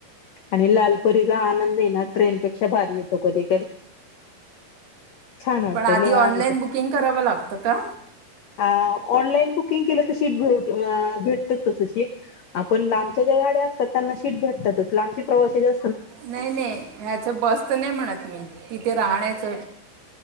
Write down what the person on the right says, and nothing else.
पण आधी
ऑनलाईन बुकिंग करावं लागतं का
नाही नाही. ह्याच बसच नाही म्हणत मी. तिथे राहण्याच.